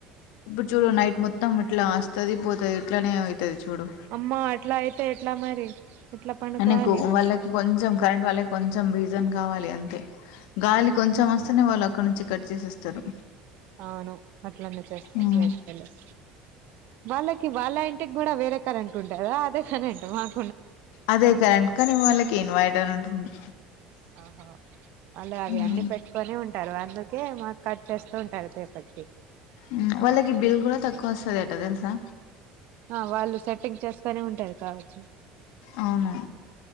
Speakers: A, on the left; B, on the right.
A: ఇప్పుడు చూడు నైట్ మొత్తం ఇట్లా వస్తది పోతది ఇట్లనే వతది చూడు
B: అమ్మా అట్లా అయితే ఎట్లా మరి ఎట్లా పనుకోవాలి
A: మనకు వాళ్ళకి కొంచెం కరెంట్ వాళ్ళకి కొంచెం రీజన్ కావాలి అంతే గాలి కొంచెం వస్తేనే వాళ్ళుకు అక్కడనుంచి కట్ చేసేస్తారు
B: అవును అట్లనే చేస్తారు
A: ఉమ్.
B: వేస్ట్ ఫెల్లోస్ వాళ్ళకి వాళ్ళ వాళ్ళ ఇంటికి కూడా వేరే కరెంట్ ఉంటదా అదే కరెంట్ మ్యామ్
A: అదే కరెంట్ కానీ వాళ్ళకి ఇన్వైటర్ ఉంటుంది
B: ఆహా వాళ్ళ అవి
A: ఉమ్.
B: అన్ని పెట్ ట్కొని ఉంటారు అందుకే మనకు కట్ చేస్తూ ఉంటారు <inaudible>
A: ఉమ్ వాళ్ళకి బిల్ కూడా తక్కువ వస్తది అట తెలుసా
B: ఆ వాళ్ళు సెట్టింగ్ చేసుకునే ఉంటారు కావచ్చు
A: అవున